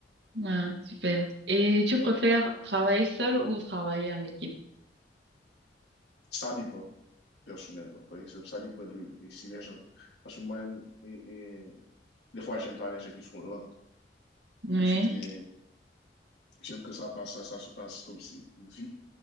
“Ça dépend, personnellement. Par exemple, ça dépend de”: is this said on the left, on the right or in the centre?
Left